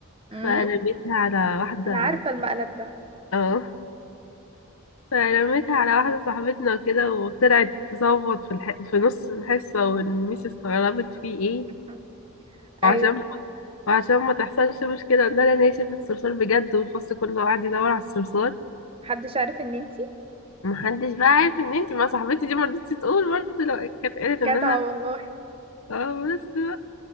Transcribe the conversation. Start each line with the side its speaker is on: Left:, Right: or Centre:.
Right: امم
Left: فرميتها على واحده
Right: أنا عارفة المقلب ده
Left: اه فرميتها على واحدة صاحبتنا وكده وطلعت تصوت في الح... في نص الحصة والميس استغربت في ايه
Right: مم.
Left: وعشان
Right: أيوه
Left: وعشان ما تحصلش مشكلة قلنا لها ان هي شافت الصرصار بجد والفصل كله قعد يدور على الصرصار
Right: محدش عارف إن انتي
Left: محدش بقى عارف ان انتي مع صاحبتي دي مرضتش تقول برضه لو كانت قالت ان
Right: جدعة
Left: انا
Right: والله
Left: اه بس بقى.